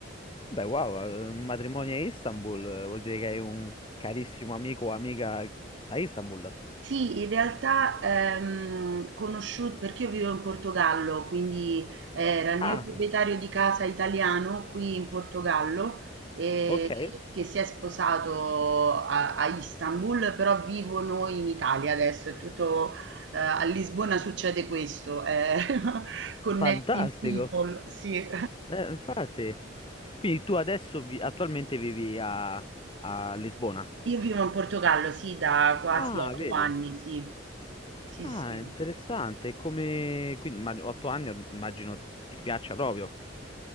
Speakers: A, on the left; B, on the right.
A: beh, wow, eh, un matrimonio a Istanbul eh, vuol dire che hai un carissimo amico o amica a Istanbul.
B: Sì, in realtà, ehm, conosciu perché io vivo in Portogallo, quindi eh, era il
A: Ah,
B: mio proprietario di casa italiano qui in Portogallo, eh,
A: ok,
B: che si è sposato a, a Istanbul, però vivo noi in Italia adesso, è tutto, eh, a Lisbona succede questo, eh, <laughs> connecting
A: fantastico.
B: people, sì.
A: Eh, infatti, quindi tu adesso vi- attualmente vivi a, a Lisbona.
B: Io vivo in Portogallo, sì, da quasi
A: Ah,
B: otto
A: vedi.
B: anni, sì, sì,
A: Ah,
B: sì.
A: interessante. Come... Quindi, ma, otto anni orm- immagino ti piaccia proprio.